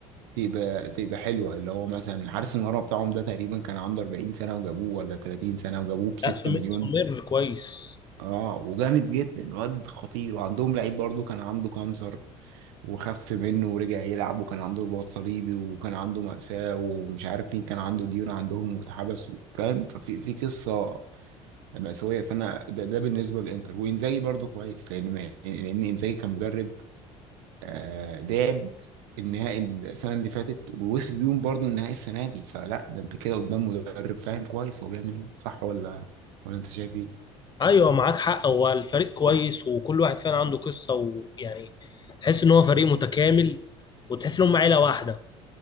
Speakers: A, on the right; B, on the left.
A: تبقى تبقى حلوة اللي هو مثلا حارس المرمى بتاعهم ده تقريبا كان عنده 40 سنة وجابوه ولا 30 سنة وجابوه ب 6
B: لا سمير
A: مليون
B: سمير كويس
A: اه وجامد جدا واد خطير وعندهم لعيب برضو كان عنده كانسر وخف منه ورجع يلعب وكان عنده رباط صليبي وكان عنده مأساة ومش عارف مين كان عنده ديون عندهم واتحبس فاهم ففي في قصة مأساوية فأنا ده, ده بالنسبة للإنتر وإنزاجي برضو كويس لأن ما- لأن إنزاجي كان مدرب آه لعب النهائي السنة اللي فاتت ووصل بيهم برضو النهائي السنة دي فلا ده أنت كده قدام مدرب فاهم كويس هو بيعمل إيه صح ولا ولا أنت شايف إيه؟
B: ايوه معاك حق هو الفريق كويس وكل واحد فعلا عنده قصه ويعني تحس ان هو فريق متكامل وتحس ان هم عيله واحده